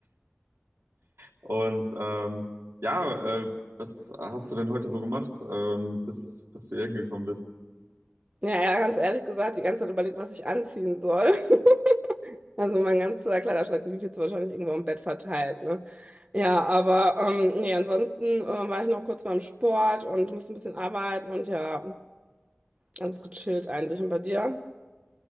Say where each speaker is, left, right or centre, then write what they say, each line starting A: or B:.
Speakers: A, on the right (about 90°); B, on the right (about 35°).
A: Und ähm, ja, äh, was hast du denn heute so gemacht, ähm, bis, bis du hier hingekommen bist?
B: Ja, ja, ganz ehrlich gesagt, die ganze Zeit überlegt, was ich anziehen soll. <laughs> Also mein ganzer Kleiderschrank liegt jetzt wahrscheinlich irgendwo im Bett verteilt, ne? Ja, aber ähm, nee, ansonsten äh, war ich noch kurz beim Sport und musste ein bisschen arbeiten und ja, ganz gechillt eigentlich. Und bei dir?